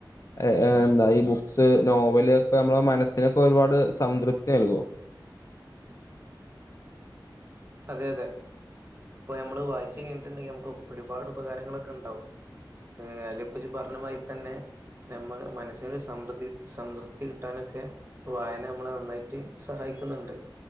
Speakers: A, on the left; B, on the right.
A: ഏ എന്താ ഈ ബുക്സ് നോവല് ഒക്കെ നമ്മുടെ മനസ്സിനൊക്കെ ഒരുപാട് സംതൃപ്തി നൽകും
B: അതെ അതെ ഇപ്പൊ നമ്മള് വായിച്ചു കഴിഞ്ഞിട്ടുണ്ടെങ്കിൽ നമുക്ക് ഒരുപാട് ഉപകാരങ്ങളൊക്കെ ഉണ്ടാവും അതിലിപ്പം ഇജ്ജ് പറഞ്ഞമാതിരി തന്നെ നമ്മ മനസ്സിനൊരു സമൃദ്ധി സംതൃപ്തി കിട്ടാനൊക്കെ വായന നമ്മളെ നന്നായിട്ട് സഹായി ക്കുന്നുണ്ട്